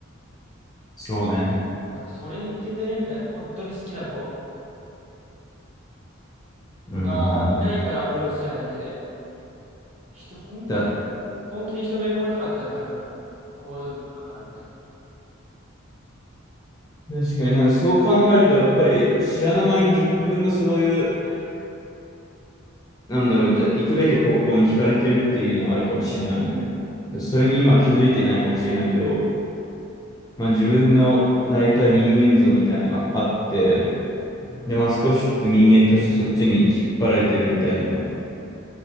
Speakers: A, on the left; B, on the right.
A: そうね。
B: だからそれに似てんじゃねみたいな。本当に好きな子
A: うんうん
B: がいないからアプローチしないだけで、
A: うん。
B: 人、本、
A: だね。
B: 本気で一目惚れとかあったら多分行動するのかなみたいな。
A: 確かになんかそう考えると、やっぱり知らぬ間に自分がそういう、なんだろう、じゃあ行くべき方向に惹かれてるっていうのはあるかもしれないよね。でそれに今気づいてないかもしれないけど、まあ自分のなりたい人間像みたいなのがあって、
B: うん。
A: で、まあ少しずつ人間としてそっちに引っ張られてるみたいなの